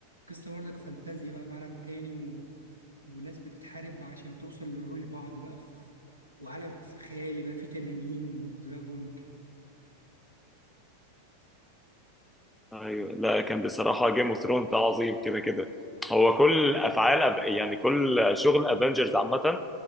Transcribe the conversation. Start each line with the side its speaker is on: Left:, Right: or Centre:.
Right: قصه برضك فانتازيا بقى في عالم تاني وناس بتتحارب عشان توصل لعروش بعض بقى في وعالم في خيالي بقى فيه تنانين ودراجون وكده
Centre: ايوه لا كان بصراحة جيم اوف ثرونز ده عظيم كده كده هو كل أفعال أب- يعني كل شغل افنجرز عامة